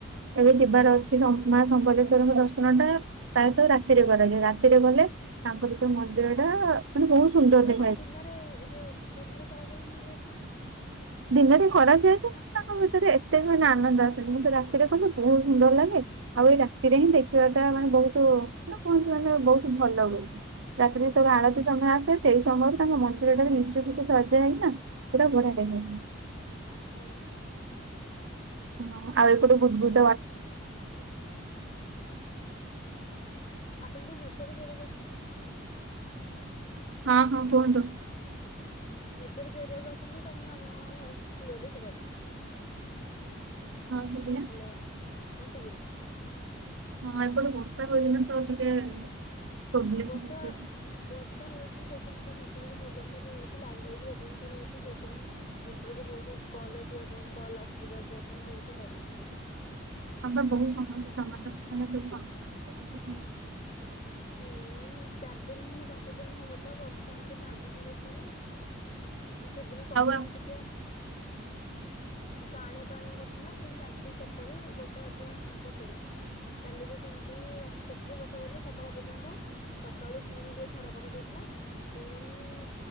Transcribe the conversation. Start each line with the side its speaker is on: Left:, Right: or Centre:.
Right: ଏବେ ଯିବାର
Left: ଓହୋ।
Right: ଅଛି ତ ମା ଶମ୍ପଦେ ଠାକୁରଙ୍କ ଦର୍ଶନ ଟା ପ୍ରାୟତଃ ରାତିରେ କରାଯାଏ ରାତିରେ ଗଲେ ତାଙ୍କର ଯୋଉ ମନ୍ଦିର ଟା ମାନେ ବହୁତ ସୁନ୍ଦର
Left: ସେଟା
Right: ଦେ
Left: କଣ ଦିନରେ ଯୋଉ ଦିନରେ କରାଯାଏନି ଦର୍ଶନ?
Right: ଦିନରେ କରାଯାଏ ଯେ ତାଙ୍କ ଭିତରେ ଏତେ ବି ମାନେ ଆନନ୍ଦ ଆସେନି କିନ୍ତୁ ରାତିରେ କଲେ ବହୁତ ସୁନ୍ଦର ଲାଗେ। ଆଉ ଏଇ ରାତିରେ ହିଁ ଦେଖିବାଟା ମାନେ ବହୁତ ନା କୁହନ୍ତିୁ ମାନେ ବହୁତ ଭଲ ବୋଲି। ରାତିରେ ଯେତେବେଳେ ଆଳତି ସମୟ ଆସେ ସେଇ ସମୟରୁ ତାଙ୍କ ମନ୍ଦିରଟା ରେ ନିଚକୁଛ ସଜାହୁଏନା ପୁରା ବଢିଆ ଲାଗେ
Left: ହଁ ହଁ।
Right: ହ ଆଉ ଏକୁ ବୁଧ ବୁଧ ବା
Left: ଆପଣ ଟିକେ ନେଟୱାର୍କରେ ବସନ୍ତୁ।
Right: ହଁ ହଁ କୁହନ୍ତୁ।
Left: ନେଟୱାର୍କ ଏରିଆକୁ ଆସନ୍ତୁ କାହିଁକି ନା ଆପଣଙ୍କ ଭଏସ କ୍ଲିଅରଲି ଶୁଭା ଯାଉନି।
Right: ହଁ ଶୁଭିଲା।
Left: ହ୍ୟାଲୋ ହଁ ଶୁଭିଲା।
Right: ହଁ ଏପଟ ବର୍ଷା ପା ଏଇନା ନା ତ ଟିକେ ପ୍ରୋବ୍ଲେମ
Left: ଆଉ ବର୍ଷା
Right: ହଉଛି।
Left: ବର୍ଷା ହଉଛି ସେଠି ତା ନେଟୱାର୍କ ପ୍ରୋବ୍ଲେମ ଟା ରହୁଛି ଲାଇନ ପ୍ରୋବ୍ଲେମ ରହୁଛି। ସେଥିପାଇଁ ନେଟୱାର୍କ ବହୁତ କଲ୍ ଯିବା ପାଇଁ କଲ ଯିବା ଆସିବା ପାଇଁ ବହୁତ ହ ଜଣ ହଉଛନ୍ତି।
Right: ଆମର ବହୁତ ସମସ ସମାଧାନ ମାନ ସ ସମ
Left: ହୁଁ ଚାରି ଦିନ ହିଁ ପାଞ୍ଚ ଦିନ ହବ ତ ବର୍ଷା ଏମତି ନାଦୁଛି କସିକି। ମାନେ ସେଦିନ ପରଦିନ
Right: ଆଉ
Left: ଟିକେ କାଣିଆ ପାାଣିଆ କରିଥିଲା ପୁଣି ରାତି ଚାରିଟା ରୁ ବର୍ଷା ପୁରା ପକେଇଲା। କାଲି ବି ସେମିତି ରାତି ଚାରିଟାରୁ ବର୍ଷା ପକେଇଲା ସ ସକାଳ ପର୍ଯ୍ୟନ୍ତ ସକାଳୁ ପୁଣି ଟିକେ ଖରା ପକା ଦେଇଥିଲା ପୁଣି ଇ